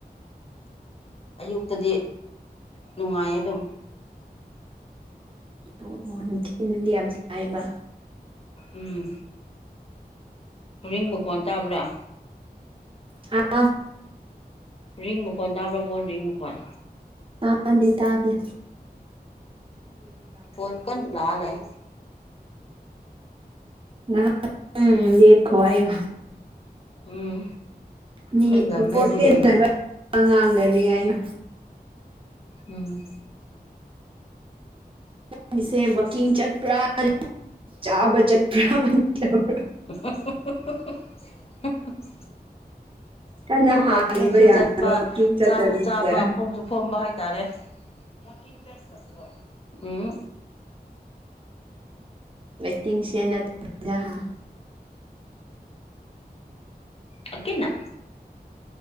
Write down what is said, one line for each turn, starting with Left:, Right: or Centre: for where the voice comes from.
Left: ꯑꯌꯨꯛꯇꯗꯤ ꯅꯨꯡꯉꯥꯏꯌꯦ ꯑꯗꯨꯝ
Right: ꯑꯣ ꯅꯨꯡꯊꯤꯟꯗꯗꯤ ꯌꯥꯝ ꯁꯥꯏꯕ
Left: ꯎꯝ ꯔꯤꯡ ꯃꯈꯣꯟ ꯇꯥꯕ꯭ꯔꯥ
Right: ꯍꯥ
Left: ꯔꯤꯡ ꯃꯈꯣꯟ ꯇꯥꯕ꯭ꯔꯥ ꯐꯣꯟ ꯔꯤꯡ ꯃꯈꯣꯟ
Right: ꯇꯥꯗꯦ ꯇꯥꯗꯦ
Left: ꯐꯣꯟ ꯀꯟ ꯂꯥꯛꯑ ꯂꯩ
Right: ꯉꯍꯥꯛꯇꯪ ꯂꯦꯞꯈꯣ ꯍꯥꯢꯌꯣ
Left: ꯎꯝ
Right: ꯃꯤ
Left: ꯀꯨꯟꯗꯕꯅꯦ
Right: ꯏꯝꯄꯣꯔꯇꯦꯟ
Left: ꯑꯗꯨꯒꯤ ꯑꯩꯅ
Right: ꯑꯣꯢꯕ ꯋꯥ ꯉꯥꯛ <unintelligible> ꯁꯟꯅꯔꯤ ꯍꯥꯢꯌꯣ
Left: ꯎꯝ
Right: ꯅꯪꯒꯤꯁꯦ ꯋꯥꯛꯀꯤꯡ ꯆꯠꯄ꯭ꯔꯥ ꯆꯥꯕ ꯆꯠꯄ꯭ꯔꯥ ꯑꯃꯥꯗꯤ ꯇꯧꯔꯝ
Left: <unintelligible>
Right: ꯀꯟꯅ ꯍꯥꯜꯂꯤꯕ
Left: ꯋꯥꯛꯀꯤꯡꯁꯨ
Right: ꯌꯥꯗꯕ
Left: ꯆꯠꯄ
Right: ꯋꯥꯛꯀꯤꯡ ꯆꯠꯇꯕꯤꯗ
Left: ꯆꯥꯁꯨ ꯆꯥꯕ ꯐꯝꯁꯨ ꯐꯝꯕ ꯍꯥꯏꯇꯥꯔꯦ ꯋꯥꯛꯀꯤꯡ ꯆꯠꯈꯔꯥꯕꯣ ꯎꯝ ꯍꯨꯝ
Right: ꯃꯦꯇꯤꯡ ꯁꯦ <inaudible> ꯍꯥ
Left: ꯑꯪ ꯀꯦꯅ